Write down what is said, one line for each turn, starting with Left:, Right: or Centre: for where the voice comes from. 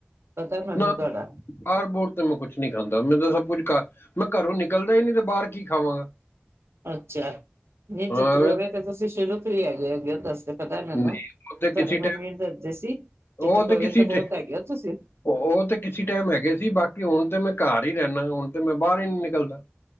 Right: ਪਤਾ ਮੈਨੂੰ
Left: ਨਾ
Right: ਤੁਹਾਡਾ
Left: ਆਹ ਰਿਪੋਰਟ ਤੇ ਮੈਂ ਕੁਛ ਨਹੀਂ ਖਾਂਦਾ ਮੈਂ ਤਾਂ ਸਭ ਕੁੱਝ ਘਰ ਮੈਂ ਘਰੋਂ ਨਿਕਲਦਾ ਹੀ ਨਹੀਂ ਤੇ ਬਾਹਰ ਕੀ ਖਾਵਾਂਗਾ?
Right: ਅੱਛਾ ਨੀ ਚਿਤਕੋਰੇ
Left: ਹਾਂ
Right: ਤੇ ਤੁਸੀਂ ਸ਼ੁਰੂ ਤੋਂ ਹੀ ਹੈਗੇ ਹੈਗੇ ਹੋ ਦੱਸ ਪਤਾ ਏ ਮੈਨੂੰ
Left: ਨਹੀਂ
Right: ਤੁਹਾਡੇ
Left: ਉਹ ਤੇ ਕਿਸੇ
Right: ਮੰਮੀ ਨੂੰ ਦੱਸਦੇ ਸੀ, ਜੇ
Left: ਟਾਈਮ
Right: ਚਟਕੋਰੇ
Left: ਉਹ ਤੇ ਕਿਸੇ
Right: ਤਾਂ ਬਹੁਤ
Left: ਟ
Right: ਹੈਗੇ ਹੋ ਤੁਸੀਂ।
Left: ਉਹ ਤਾਂ ਕਿਸੇ ਟਾਈਮ ਹੈਗੇ ਸੀ, ਬਾਕੀ ਹੁਣ ਤੇ ਮੈਂ ਘਰ ਹੀ ਰਹਿੰਦਾ, ਹੁਣ ਤੇ ਮੈਂ ਬਾਹਰ ਹੀ ਨੀ ਨਿਕਲਦਾ।